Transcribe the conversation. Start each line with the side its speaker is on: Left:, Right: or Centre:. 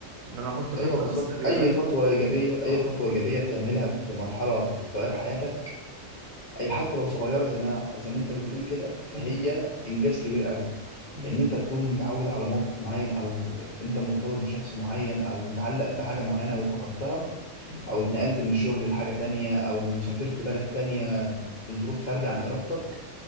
Right: ان انا احط خطه
Left: ايوه بالظبط
Right: بس بيخلي
Left: اي خطوه ايجابيه اي
Right: اه
Left: خطوه
Right: بالظبط
Left: ايجابيه بتعملها في مرحله بتغير حياتك اي حتى لو صغيره زي ما زي ما انت بتقول كده فهي
Right: م-
Left: انجاز كبير قوي
Right: م-
Left: لان انت تكون متعود على موقف معين او انت مرتبط بشخص معين او متعلق بحاجه معينه وفقدتها
Right: م.
Left: او اتنقلت من شغل لحاجه تانية او سافرت بلد تانية بظروف خارجه عن ارادتك